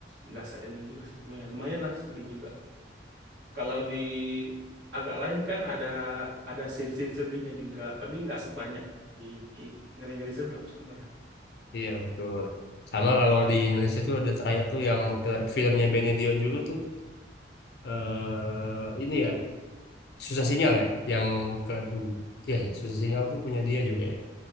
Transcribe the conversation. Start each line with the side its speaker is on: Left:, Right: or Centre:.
Right: nggak sad ending juga sih cuma ya lumayan lah sedih juga kalau di agak lain kan ada ada scene scene sedihnya juga tapi nggak sebanyak di ngeri ngeri sedap sebenarnya
Left: Iya betul. Sama kalau di Indonesia tuh ada terakhir tuh yang film- filmnya Benedion juga tuh. eh ini ya susah sinyal ya yang kedua ya, ya, susah sinyal tuh punya dia juga ya